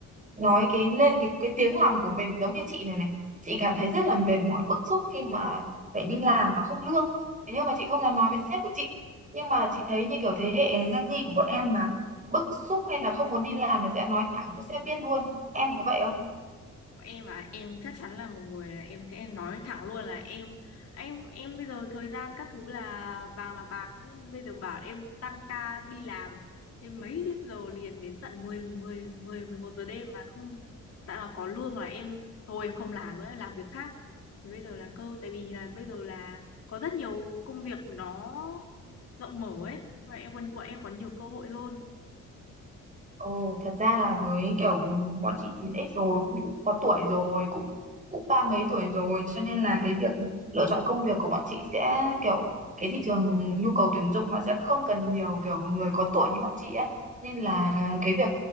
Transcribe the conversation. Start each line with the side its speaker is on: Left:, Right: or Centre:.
Right: nói cái lên cái cái tiếng lòng của mình giống như chị này này. Chị cảm thấy rất là mệt mỏi, bức xúc khi mà phải đi làm mà không lương. Thế nhưng mà chị không dám nói với sếp của chị. Nhưng mà chị thấy như kiểu thế hệ Gen Z của bọn em mà bức xúc hay là không muốn đi làm là sẽ nói thẳng cho sếp biết luôn em có vậy không
Left: em à em chắc chắn là một người là em sẽ nói thẳng luôn là em em em bây giờ thời gian các thứ là vàng là bạc chứ bây giờ bảo em tăng ca đi làm thêm mấy tiếng giờ liền đến tận 10 10 10 11 giờ đêm mà không tại mà có lương là em thôi em không làm nữa em làm việc khác thì bây giờ là cơ tại vì là bây giờ là có rất nhiều công việc nó rộng mở ấy và em còn bọn em có nhiều cơ hội hơn
Right: Ồ, thật ra là với kiểu bọn chị chín x rồi cũng có tuổi rồi cũng cũng ba mấy tuổi rồi cho nên là cái việc lựa chọn công việc của bọn chị sẽ kiểu cái thị trường nhu cầu tuyển dụng họ sẽ không cần nhiều kiểu người có tuổi như bọn chị ấy nên là cái việc